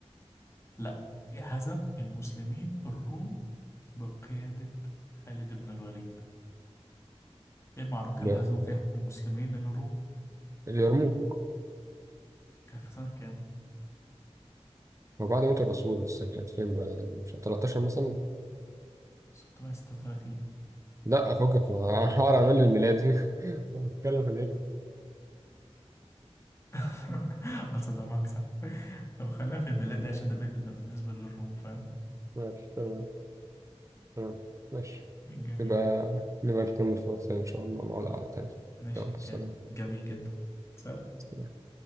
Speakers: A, on the left; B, on the right.
A: لا هزم المسلمين الروم بقيادة خالد بن الوليد إيه المعركة
B: لا
A: اللي هزم فيها المسلمين الروم
B: اليرموك
A: كان في سنة كام؟
B: وبعد موت الرسول بس كانت فين بقى؟ مش 13 مثلا؟
A: 636
B: لا أفكك <laughs> أنا هقعد أعمل لي الميلادي <laughs> بتكلم في الهجري
A: اه تصدق معاك <laughs> صح طب خلينا في الميلاد ده عشان ده بال- بالنسبة للروم فاهم
B: ماشي تمام تمام ماشي
A: جميل
B: نبقى نبقى نكمل في وقت تاني إن شاء الله نقعد على تاني
A: ماشي
B: يلا
A: يا كريم
B: سلام
A: جميل جدا سلام
B: سلام.